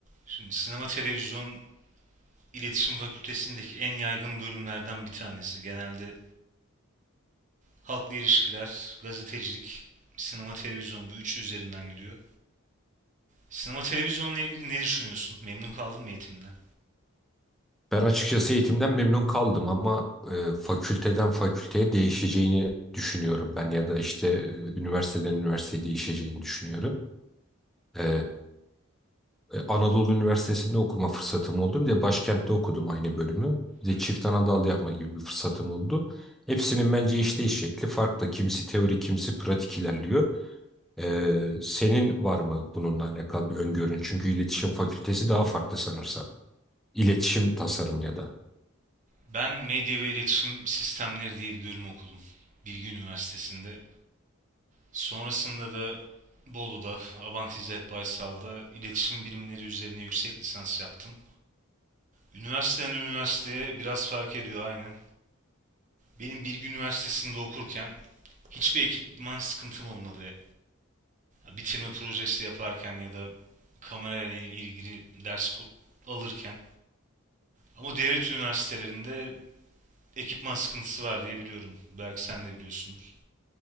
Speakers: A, on the right; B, in the centre.
A: Şimdi sinema televizyon iletişim fakültesindeki en yaygın bölümlerden bir tanesi. Genelde halkla ilişkiler, gazetecilik, sinema televizyon bu üçü üzerinden gidiyor. Sinema televizyonla ilgili ne düşünüyorsun? Memnun kaldın mı eğitiminden?
B: Ben açıkçası eğitimden memnun kaldım ama e, fakülteden fakülteye değişeceğini düşünüyorum ben ya da işte e, üniversiteden üniversiteye değişeceğini düşünüyorum. E, e, Anadolu Üniversitesi'nde okuma fırsatım oldu. Bir de başkentte okudum aynı bölümü. Bir
A: Hı.
B: de çift ana yapma gibi bir fırsatım oldu. Hepsinin bence işleyiş şekli farklı. Kimisi teori, kimisi pratik ilerliyor. E, senin var mı bununla alakalı bir öngörün? Çünkü iletişim fakültesi daha farklı sanırsam. İletişim tasarım ya da.
A: Ben medya ve iletişim sistemleri diye bir bölüm okudum. Bilgi Üniversitesi'nde. Sonrasında da Bolu'da, Abant İzzet Baysal'da iletişim bilimleri üzerine yüksek lisans yaptım. Üniversiteden üniversiteye biraz fark ediyor aynen. Benim Bilgi Üniversitesi'nde okurken Hiçbir ekipman sıkıntım olmadı. Bitirme projesi yaparken ya da kamerayla ilgili ders alırken. Ama devlet üniversitelerinde ekipman sıkıntısı var diye biliyorum. Belki sen de biliyorsundur.